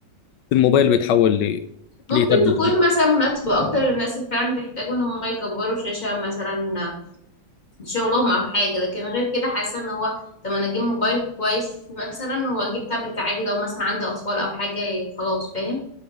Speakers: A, on the left; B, on the left.
A: الموبايل بيتحول ل
B: ممكن
A: لتابلت
B: تكون مثلا مناسبه اكتر للناس اللي فعلا بيحتاجوا ان هم يكبروا شاشه مثلا في شغلهم او حاجه لكن غير كده حاسه ان هو طب انا اجيب موبايل كويس مثلا واجيب تابلت عادي لو مثلا عندي اطفال او حاجه وخلاص فاهم